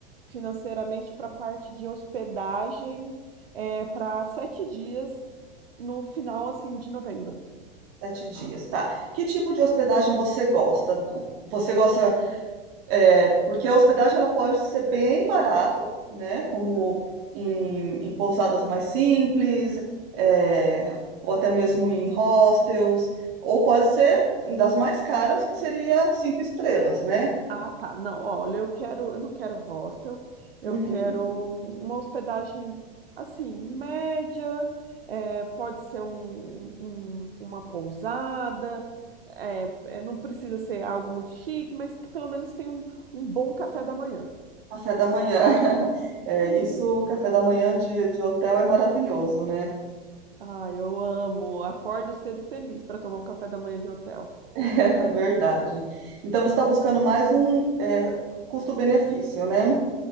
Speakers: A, on the right; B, on the right.
A: financeiramente para a parte de hospedagem é, para sete dias no final assim de novembro?
B: Sete dias, tá? Que tipo de hospedagem você gosta? Du? Você gosta É, porque a hospedagem ela pode ser bem barata, né? Como em, em pousadas mais simples, é, ou até mesmo em hostels, ou pode ser das mais caras, que seria cinco estrelas, né?
A: Ah, tá. Não, olha, eu quero, eu não quero hostel, eu
B: Uhum.
A: quero uma hospedagem assim, média, eh, pode ser um, um- uma pousada, eh, eh, não precisa ser algo muito chique, mas que pelo menos tenha um, um bom café da manhã.
B: Café da manhã. <laughs> É
A: <laughs>
B: isso, café da manhã de, de hotel é maravilhoso, né?
A: Ah, eu amo. Acordo cedo feliz para tomar um café da manhã de hotel.
B: <laughs> É verdade. Então você está buscando mais um é, custo-benefício, né?